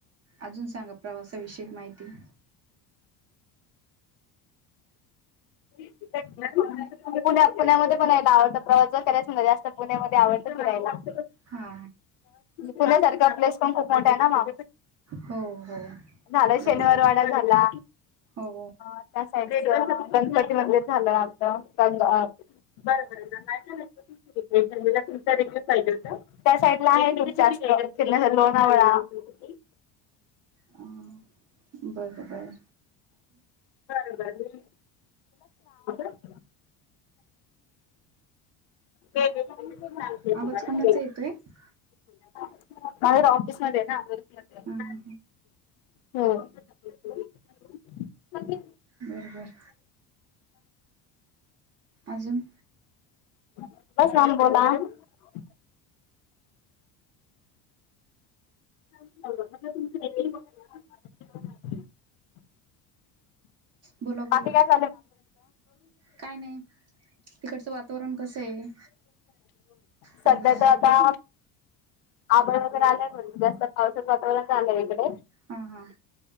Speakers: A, on the right; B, on the left.
A: अजून सांगा प्रवासाविषयी माहिती <inaudible>
B: <unintelligible> पुण्या पुण्यामध्ये पण यायला आवडतं, प्रवास जर करायच <unintelligible> जास्त पुण्यामध्ये आवडत फिरायला.
A: हा.
B: पुण्या सारखा प्लेस पण खूप मोठा आहे ना मा
A: हो हो
B: झाला
A: बरोबर
B: शनिवार वाडा झाला.
A: हो हो
B: त्या साइड <unintelligible> गणपती मंदिर झालं आता बर बरं जरा <unintelligible> <unintelligible> त्या साईड ला आहे ना जास्त लोणावळा आपण दोघीं
A: हा बरं, बरं.
B: काय म्हणाली? <unintelligible> बे बला
A: आवाज कुणाचा येतोय हा
B: <unintelligible> बाहेर ऑफिस मध्ये आहे ना
A: हा
B: हो. सगळीच जण
A: बर बर. अजून
B: <unintelligible> <unintelligible>
A: बोला बोला
B: पात या <unintelligible> <inaudible>
A: काय नाही तिकडचं वातावरण कसं आहे
B: सध्या
A: अरे
B: तर आता आभाळ वगैरे आलय भरून जास्त पावसात वातावरण झालंय इकड.
A: हां, हां.